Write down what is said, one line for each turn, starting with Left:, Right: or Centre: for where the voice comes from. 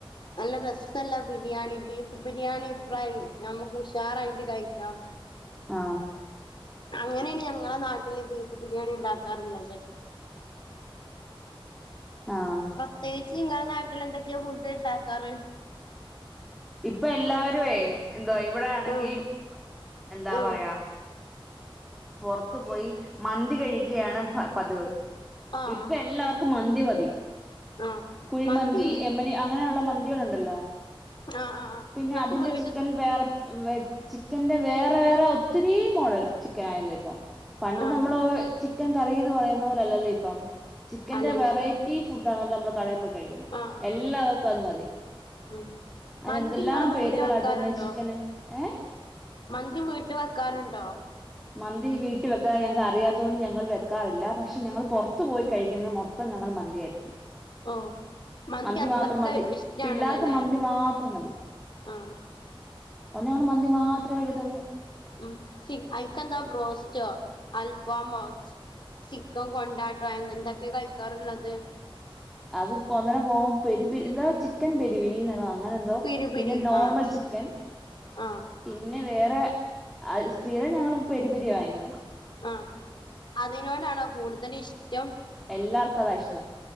Left: ന്നാൽ നല്ല രസല്ല ബിരിയാണി ബീഫ് ബിരിയാണി ഫ്രൈ നമുക്ക് ഉഷാറായിട്ട് കഴിക്കാം.
Centre: ആ.
Left: അങ്ങനെയാണ് ഞങ്ങളെ നാട്ടില് ബീഫ് ബിരിയാണി ണ്ടാക്കാറ്ള്ളത്.
Centre: ആഹ്
Left: പ്രത്യേകിച്ച് ങ്ങളെ നാട്ടിൽ എന്തൊക്കെയാ ഫുഡ് ണ്ടാക്കാറ്.
Centre: ഇപ്പൊ എല്ലാവരുഏ എന്തോ ഇവിടെയാണെങ്കി
Left: ആഹ്
Centre: എന്താ
Left: ആഹ്
Centre: പറയാ. പുറത്തു പോയി മന്തി കഴിക്കിയാണ് പ പതിവ്
Left: ആഹ്
Centre: ഇപ്പൊ എല്ലാവർ ക്കും മന്തി മതി
Left: ആഹ്
Centre: കുഴിമന്തി
Left: മന്തി ഈസ്
Centre: എമ്മനി അങ്ങനെയ്ള്ള മന്തികൾ ഉണ്ടല്ലോ.
Left: ആഹ് ആഹ് ആഹ്
Centre: പിന്നെ
Left: നിങ്ങൾക്ക്
Centre: അതിന്റെ
Left: വീട്ട്ത്തെ
Centre: ചിക്കൻ വേറെ. വെ ചിക്കന്റെ വേറെ വേറെ ഒത്തിരി മോഡൽ ചിക്കൻ ആയല്ലേ ഇപ്പം. പണ്ട്
Left: ആഹ്
Centre: നമ്മള് ചിക്കൻ കറീന്ന് പറയ്ന്ന പോല്ലല്ലോ ഇപ്പം ചിക്കന്റെ
Left: അല്ലല്ലോ
Centre: വെറൈറ്റി. ഫുഡ് ആണല്ലോ നമ്മൾ കടയിൽ പോയി കഴിക്ക്ന്നത്
Left: ആഹ്
Centre: എല്ലാവർക്കും അത് മതി.
Left: ഉം
Centre: അതെന്തെല്ലാം
Left: മന്തി ഇങ്ങള് വീട്ടില്
Centre: പേരുകള
Left: വെക്കാറുണ്ടോ
Centre: ജമ ചിക്കന് ഏ.
Left: മന്തി വീട്ട് വെക്കാറുണ്ടോ.
Centre: മന്തി വീട്ടിൽ വെക്കാ ഞങ്ങൾക്ക് അറിയാത്തോണ്ട് ഞങ്ങൾ വെക്കാറില്ല പക്ഷെ ഞങ്ങൾ പുറത്ത് പോയി കഴിക്ക്ന്നത് മൊത്തം ഞങ്ങൾ മന്തിയായിരിക്കും
Left: ഓഹ്
Centre: മന്തി
Left: അത്രക്ക്
Centre: മാത്രം മതി
Left: ഇഷ്ടാണല്ലോല്ലേ
Centre: പിള്ളേർക്ക് മന്തി മാത്രം മതി
Left: ആഹ്
Centre: അതോണ്ട് മന്തി മാത്രേ കഴിക്കത്തുള്ളു
Left: മ് അയ്ക്കെന്തോ ബ്രോസ്റ്റോ അൽഫാമോ ചിക്കൻ കൊണ്ടാട്ടോ എന്തൊക്കെ കഴിക്കാറ്ള്ളത്
Centre: അത് പ്പൊ ഒന്നനെ പോകു പെരിരി എന്താ ചിക്കൻ പെരിപിരി എതോ അങ്ങനെന്തോ
Left: പിരി പിരി
Centre: പിന്നെ നോർമൽ
Left: ആഹ്
Centre: ചിക്കൻ
Left: ആഹ്
Centre: പിന്നെ വേറെ അ സ്ഥിരം ഞങ്ങൾ പെരിപെരിയ വാങ്ങിക്ക്ന്നെ
Left: ആ അതിനോടാണോ കൂടുതല് ഇഷ്ടം
Centre: എല്ലാർക്കും അതാ ഇഷ്ടം